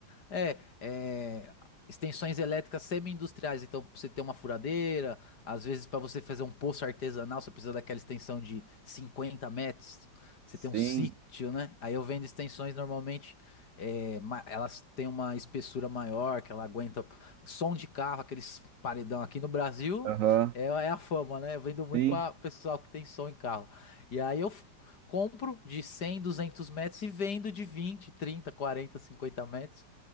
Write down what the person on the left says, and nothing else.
É, é, extensões elétricas semi-industriais. Então, pra você ter uma furadeira, às vezes para você fazer um poço artesanal, você precisa daquela extensão de 50 metros. Você
tem um sítio, né? Aí eu vendo extensões normalmente, é, ma- elas têm uma espessura maior, que ela aguenta som de carro, aqueles paredão aqui no Brasil,
é, é a fama, né? Eu vendo muito
para pessoal que tem som em carro. E aí eu f- compro de 100, 200 metros e vendo de 20, 30, 40, 50 metros.